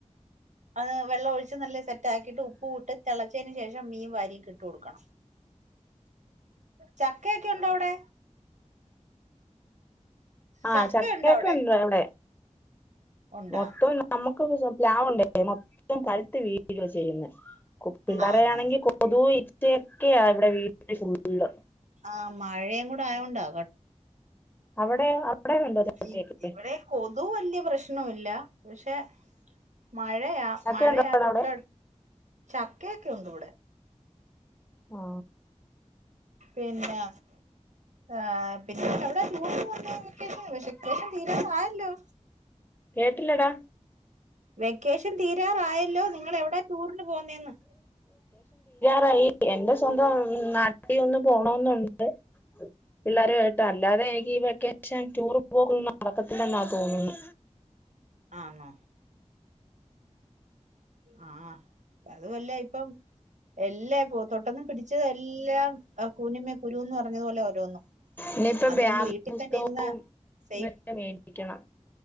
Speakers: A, on the right; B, on the left.
A: അത് വെള്ളം ഒഴിച്ച് നല്ല സെറ്റാക്കിട്ട് ഉപ്പു ഇട്ട് തിളച്ചേന് ശേഷം മീൻ വാരീക്ക് ഇട്ടു കൊടുക്കണം. ചക്കയൊക്കെ ഉണ്ടോ അവിടെ
B: ആ
A: ചക്ക
B: ചക്കയൊക്കെ
A: ഉണ്ടോ അവിടെ
B: ഉണ്ട ഇവിടെ
A: ഉണ്ടാ
B: മൊത്തം നമുക്ക് <unintelligible> പ്ലാവുണ്ടേ മൊത്തം പഴുത്ത് വീഴു ആ ചെയ്യുന്നെ കൊ പിള്ളാരെ
A: ആന്നോ
B: ആണെങ്കിൽ കൊതു ഈച്ചയൊക്കെയാ ഇവിടെ വീടില് ഫു ഇല്ല
A: ആ മഴയും കൂടെ ആയോണ്ടാ
B: അവിടെ അവിടെ ഉണ്ടോ ചക്കയൊക്കെ
A: <unintelligible> ഇവിടെ കൊതു വലിയ പ്രശ്ന പ്രശനല്ല പക്ഷെ മഴയാ
B: ചക്ക
A: മഴയാ
B: ഉണ്ടോ
A: തൊട്ടടു
B: അവിടെ
A: ചക്കയൊക്കെ ഉണ്ട് ഇവിടെ
B: ആ
A: പിന്നെ ഏഹ പിന്നെ ഇവിടെ ചൂ വെക്കേഷൻ വെക്കേഷൻ തീരാറാആയല്ലോ
B: കേട്ടില്ലടാ
A: വെക്കേഷൻ തീരാറായല്ലോ നിങ്ങ എവിടാ ടൂറിന് പോന്നേന്ന്
B: റായി എന്റെ സ്വന്തം നാട്ടിൽ ഒന്ന് പോണന്നുണ്ട് പിള്ളേരു കേമായിട്ട് അല്ലാതെ എനിക്ക് വെക്കെ ട്യൂഷൻ ടൂർ പോകുന്നു നടക്കത്തില്ലെന്നാ തോന്നുന്നു
A: ആണോ ആഹാ അത് വല്ല ഇപ്പം എല്ലാ ഇപ്പൊ തൊട്ടന്നും പിടിച്ചത് എല്ലാം കുനിമ്മേ കുരുന്ന് പറഞ്ഞതുപോലെ ഓരോന്നും
B: ഇനിയിപ്പാ
A: അതുകൊണ്ട്
B: ബാഗും
A: വീട്ടി
B: പുസ്തകവും
A: തന്നെ ഇരുന്ന സേഫ്
B: മേടിക്കണം